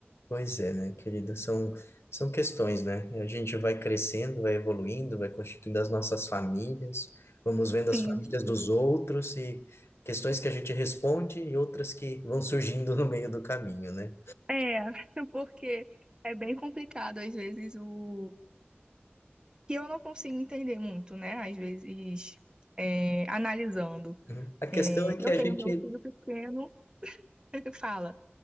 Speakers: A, on the left; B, on the right.
A: Pois é, né, querida? São, são questões, né? A gente vai crescendo, vai evoluindo, vai constituindo as nossas famílias, vamos vendo as
B: Isso.
A: famílias dos outros e questões que a gente responde e outras que vão surgindo no meio do caminho, né?
B: É, <laughs> porque é bem complicado às vezes o que eu não consigo entender muito, né? Às vezes é, analisando.
A: Uhum. A questão
B: É,
A: é que
B: eu
A: a
B: tenho
A: gente.
B: meu filho pequeno, <laughs> que fala